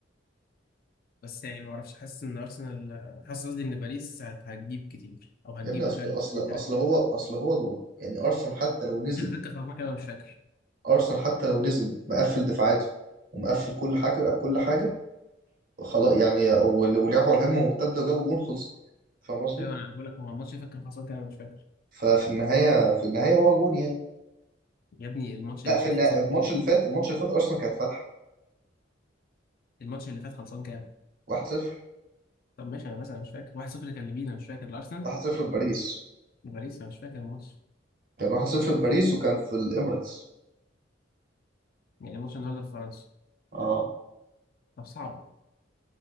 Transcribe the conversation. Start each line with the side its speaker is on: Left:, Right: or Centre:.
Left: بس يعني ما اعرفش حاسس ان ارسنال حاسس قصدي ان باريس هت- هتجيب كتير او هتجيب
Right: يا ابني أصل
Left: مش عارف
Right: أصل
Left: اتنين تلاته
Right: أصل هو أصل هو جون يعني أرسنال حتى لو نزل
Left: الماتش اللي فات كان خلصان كده انا مش فاكر
Right: أرسنال حتى لو نزل مقفل دفاعاته ومقفل كل حاجة كل حاجة خلاص يعني ول- ولعبوا على الهجمه مرتده وجابوا جون خلصت يعني فاهم قصدي؟
Left: ايوه انا بقول لك هو الماتش اللي فات كان خلصان كده انا مش فاكر
Right: ففي النهايه في النهايه هو جون يعني
Left: يا ابني الماتش
Right: لا
Left: اللي
Right: في
Left: فات
Right: النا-
Left: خلصان
Right: الماتش
Left: كام
Right: اللي فات الماتش اللي فات ارسنال كانت فاتحه
Left: الماتش اللي فات خلصان كام
Right: 1-0
Left: طب ماشي انا بس انا مش فاكر 1-0 كان لمين انا مش فاكر الارسنال
Right: 1-0 بباريس
Left: لباريس انا مش فاكر الماتش
Right: كان 1-0 بباريس وكان في الاميريتس
Left: يعني الماتش النهارده في فرنسا
Right: اه
Left: طب صعبه